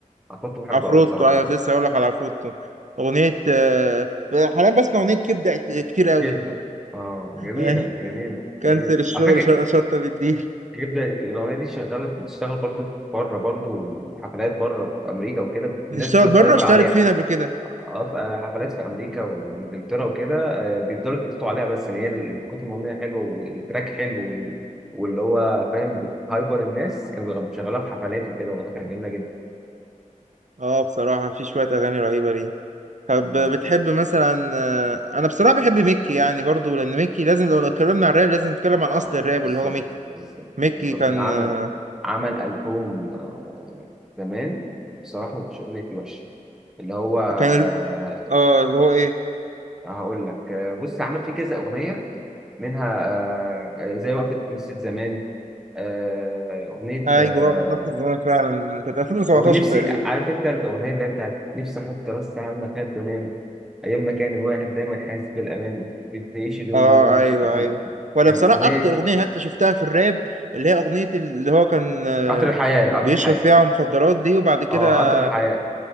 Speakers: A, in the centre; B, on the right (about 60°).
A: عفروتو بحبه
B: عفروتو
A: قوي بصراحه
B: أيوة
A: برضه
B: كنت لسه هقول لك على عفروتو أغنية آه، حاليا بسمع أغنية كبدة كتير أوي
A: كبده اه جميله
B: آه،
A: جميله جميله
B: كنسل الشغل
A: على فكره
B: ش- شطة بالديل
A: غير ده الأغنية دي شغالة بتشتغل برضه في بره برضه في حفلات بره في أمريكا وكده
B: بتشتغل
A: الناس بتفضل
B: بره
A: تعبر
B: اشتغلت
A: عليها
B: فين قبل كده؟
A: اه في آه، حفلات في أمريكا وإنجلترا وكده آه، بيفضلوا يتنططوا عليها بس إن هي ال- من كتر ما الأغنية حلوة والتراك حلو وال- واللي هو فاهم بتهايبر الناس كانوا بيغنوا- بيشغلوها في حفلات وكده والله كانت جميلة جدا
B: اه بصراحة في شوية أغاني رهيبة ليه طب
A: مم.
B: بتحب مثلا آه، انا بصراحه بحب ميكي يعني برضو لان ميكي لازم لو اتكلمنا عن الراب لازم نتكلم
A: اه
B: عن اصل الراب
A: بالظبط
B: اللي هو ميكي
A: بالظبط
B: ميكي
A: بالظبط
B: كان
A: ده عمل
B: آه،
A: عمل ألبوم آه، زمان بصراحة مفيش أغنية فيه وحشة اللي هو آه،
B: كان ال- اه اللي هو ايه
A: هقول لك آه، بص عمل فيه كذا اغنيه منها آه، آه، زي وقفه نص زمان آه، اغنيه
B: ايوه
A: آه،
B: هو في نفس الزمان فعلا كانت 2017
A: ونفسي
B: تقريبا
A: عارف انت الاغنيه اللي هي بتاعت نفسي احط راسي على المخده وانام ايام ما كان الواحد دايما حاسس بالامان بنعيش اليوم
B: اه
A: بيوم مش
B: ايوه
A: فاكر
B: ايوه ولا
A: كان
B: بصراحه
A: اغنيه
B: اكتر اغنيه هادفه شفتها في الراب اللي هي اغنيه اللي هو كان آه،
A: قطر الحياه قطر
B: بيشرب
A: الحياه
B: فيها مخدرات دي وبعد كده
A: اه قطر الحياه